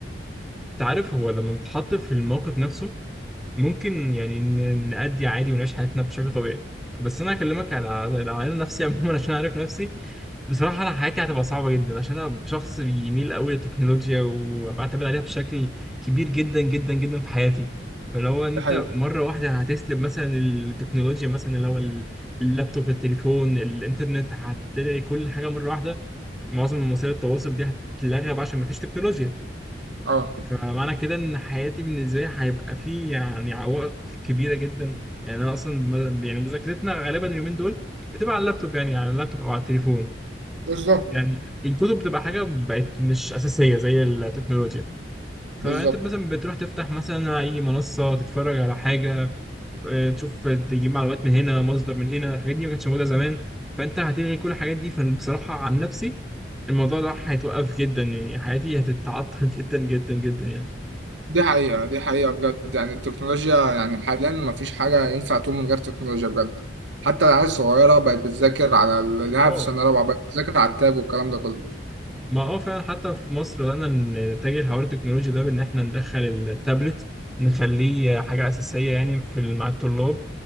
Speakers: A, in the centre; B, on the right (about 85°).
A: انت عارف هو لما بنتحط في الموقف نفسه ممكن يعني ن- نأدي عادي ونعيش حياتنا بشكل طبيعي بس انا اكلمك على على على نفسي عموما <laughs> عشان اعرف نفسي بصراحة انا حياتي هتبقى صعبة جدا عشان انا شخص بيميل قوي للتكنولوجيا وبعتمد عليها بشكل كبير جدا جدا جدا في حياتي فاللي هو ان
B: دي
A: انت
B: حقيقة
A: مرة واحدة هتسلب مثلا التكنولوجيا مثلا اللي هو ال- اللابتوب التليفون الانترنت هتلاقي كل حاجة مرة واحدة معظم وسائل التواصل دي هتتلغى بقى عشان مفيش تكنولوجيا
B: اه
A: فمعنى كده ان حياتي بالنسبه لي هيبقى فيه يعني عوائق كبيره جدا يعني انا اصلا م- يعني مذاكرتنا غالبا اليومين دول بتبقى على اللابتوب يعني على اللابتوب او على التليفون
B: بالظبط
A: يعني الكتب بتبقى حاجه بقت مش اساسيه زي التكنولوجيا فانت
B: بالظبط
A: مثلا بتروح تفتح مثلا اي منصه تتفرج على حاجه آه، تشوف تجيب معلومات من هنا مصدر من هنا الحاجات دي ما كانتش موجوده زمان فانت هتلغي كل الحاجات دي فبصراحه عن نفسي الموضوع ده هيتوقف جدا يعني حياتي هتتعطل <laughs> جدا جدا جدا يعني
B: دي حقيقة دي حقيقة بجد يعني التكنولوجيا يعني حاليا مفيش حاجة ينفع تقوم من غير تكنولوجيا بجد حتى العيال الصغيرة بقت بتذاكر على اللي
A: اه
B: في سنة رابعة بقت بتذاكر على التاب والكلام ده كله
A: ما اه فعلا حتى في مصر بدأنا نتجه لحوار التكنولوجيا ده بإن إحنا ندخل التابلت نخليه حاجة أساسية يعني في مع الطلاب